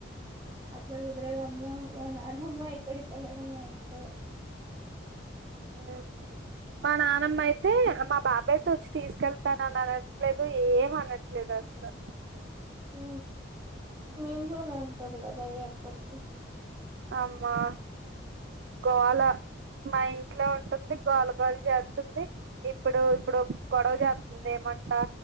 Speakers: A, on the right; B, on the right.
A: అట్లా కుదరేదమ్మా నానమ్మ ఎక్కడికి వెళ్ళడం ఎక్కువ
B: ఉ మా నానమ్మ అయితే మా బాబాయ్తో వచ్చి తీసుకెళ్తాన అని అనట్లేదు ఏం అనట్లేదు అసలు
A: ఉ మీంట్లోనే ఉంటది కదా ఎప్పటికి
B: ఆమ గోళ మా ఇంట్లో ఉంటుంది గోళ గోలు చేస్తుంది ఇప్పుడు ఇప్పుడు గొడవ చేస్తుంది ఏమంటా